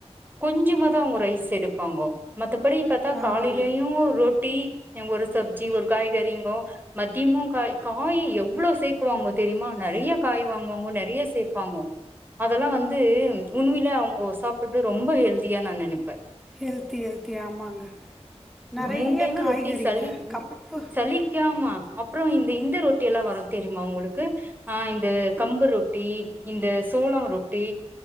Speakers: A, on the right; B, in the centre.
A: கொஞ்சமாதா அவங்க ரைஸ் எடுப்பாங்கோ மத்தபடி பாத்தா
B: ஆமாங்க
A: காலைலயு ரொட்டி எங்க ஒரு சப்ஜி ஒரு காய்கறிங்கோ மத்தியமு காய் காய் எவ்வளோ சேக்குவாங்ங தெரியுமா நெறைய காய் வாங்குவாங்கோ நெறைய சேர்ப்பாங்கோ அதெல்லா வந்து உண்வில அவங்கோ சாப் அது ரொம்ப ஹெல்தியா நா நனப்பே
B: ஹெல்த்தி ஹெல்த்தி ஆமாங்க நிறைய
A: மூண்ணு டைமு
B: காய்கறிங்க
A: ரொட்டி சலி
B: கப்பு
A: சலிக்காம அப்புறோ இந்த இந்த ரொ ட்டி எல்லா வரு தெரியுமா உங்களுக்கு ஆ இந்த கம்பு ரொ ட்டி இந்த சோளோ ரொட்டி